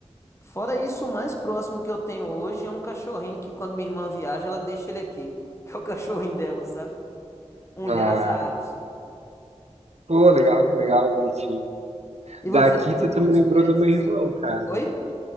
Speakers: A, on the left (about 25°); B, on the right (about 70°).
A: Fora isso, o mais próximo que eu tenho hoje é um cachorrinho que quando minha irmã viaja, ela deixa ele aqui, <laughs> que é o cachorrinho dela, sabe? Um
B: Ah,
A: Lhasa Apso.
B: pô, legal, legal, bonitinho.
A: E
B: Da
A: você
B: Akita,
A: teve muitos
B: tu me lembrou
A: pets
B: do meu
A: assim?
B: irmão, cara.
A: Oi?